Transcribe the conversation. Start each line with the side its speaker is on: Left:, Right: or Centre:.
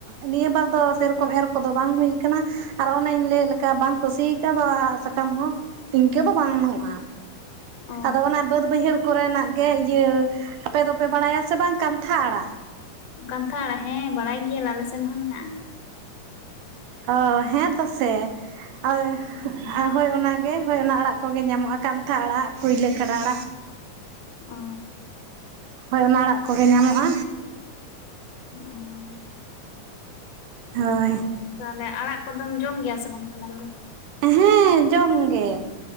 Right: ᱱᱤᱭᱟᱹ ᱵᱟᱨ ᱫᱚ ᱥᱮᱨᱚᱠᱚᱢ ᱮᱨ ᱠᱚᱫᱚ ᱵᱟᱝ ᱦᱩᱭ ᱟᱠᱟᱱᱟ᱾ ᱟᱨ ᱚᱱᱮᱧ ᱞᱟᱹᱭ ᱞᱮᱠᱟ ᱵᱟᱝ ᱠᱚ ᱥᱤ ᱠᱟᱣᱫᱟ <unintelligible> ᱟᱲᱟᱜ ᱥᱟᱠᱟᱢ ᱦᱚᱸ᱾ ᱤᱱᱠᱟᱹ ᱫᱚ ᱵᱟᱹᱱᱩᱜᱼᱟ᱾
Left: ᱚ
Right: ᱟᱫᱚ ᱚᱱᱟ ᱵᱟᱹᱫ ᱵᱟᱹᱭᱦᱟᱹᱲ ᱠᱚ ᱨᱮᱱᱟᱜ ᱜᱮ ᱤᱭᱟᱹ, ᱟᱯᱮ ᱫᱚᱯᱮ ᱵᱟᱲᱟᱭᱟ ᱥᱮ ᱵᱟᱝ ᱠᱟᱱᱛᱷᱟ ᱟᱲᱟᱜ᱾
Left: ᱠᱟᱱᱛᱷᱟ ᱟᱲᱟᱜ, ᱦᱮᱸ ᱵᱟᱲᱟᱭ ᱜᱮᱭᱟᱞᱮ ᱟᱞᱮ ᱥᱮᱱ ᱦᱚᱸ ᱢᱮᱱᱟᱜᱼᱟ᱾
Right: ᱚ ᱦᱮᱸ ᱛᱚ ᱥᱮ, <unintelligible> ᱦᱳᱭ
Left: ᱦᱩᱸ,
Right: ᱚ ᱦᱳᱭ ᱚᱱᱟᱜᱮ᱾ ᱦᱳᱭ ᱚᱱᱟ ᱟᱲᱟᱜ ᱠᱚᱜᱮ ᱧᱟᱢᱚᱜᱼᱟ᱾ ᱠᱟᱱᱛᱷᱟ ᱟᱲᱟᱜ, ᱠᱩᱭᱞᱟᱹ ᱠᱷᱟᱰᱟ ᱟᱲᱟᱜ᱾
Left: ᱚ
Right: ᱦᱳᱭ ᱚᱱᱟ ᱟᱲᱟᱜ ᱠᱚᱜᱮ ᱧᱟᱢᱚᱜᱼᱟ᱾
Left: ᱚᱸ
Right: ᱦᱳᱭ᱾
Left: ᱛᱟᱦᱚᱞᱮ ᱟᱲᱟᱜ ᱠᱚᱫᱚᱢ ᱡᱚᱢ ᱜᱮᱭᱟ ᱥᱮ ᱵᱟᱝ ᱛᱟᱦᱚᱞᱮ ᱟᱢ ᱫᱚ?
Right: ᱦᱮᱸ ᱡᱚᱢᱜᱮ,